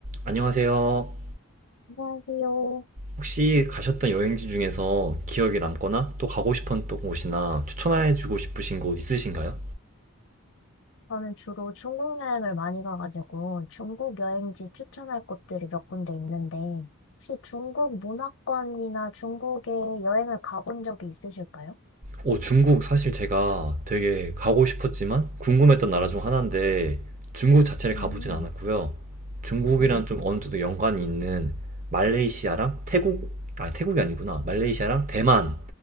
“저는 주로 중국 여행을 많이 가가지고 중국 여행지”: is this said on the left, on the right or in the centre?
Left